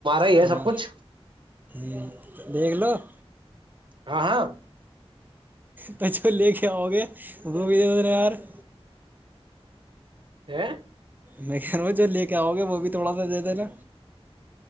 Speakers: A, on the right; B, on the right.
A: ہی
B: تومار
A: ہے سب کچھ
B: یہ <unintelligible> بیگلو <unintelligible>
A: ہاں ہاں <unintelligible>
B: تو جھ لے کے آؤ گے وہبد ن ار <unintelligible>
A: ا <unintelligible>
B: میں کہ رہا جو لے کے آؤ گے وہ بھی تھوڑا سا دے دینا